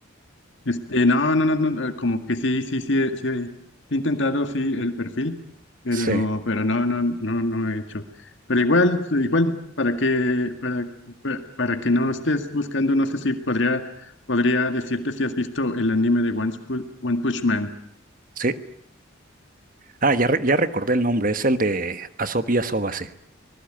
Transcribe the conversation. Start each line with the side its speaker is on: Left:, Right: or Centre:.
Left: Este, no, no, no, no, no, como que sí, sí, sí, he- sí, eh, he intentado, sí, el perfil, pero,
Right: Sí.
Left: pero no, no, no, no he hecho. Pero igual, igual, para que, para, pa- para que no estés buscando, no sé si podría, podría decirte si has visto el anime de One, Pu- One Punch Man.
Right: Sí, Ah, ya, re- ya recordé el nombre, es el de Asobi Asobase.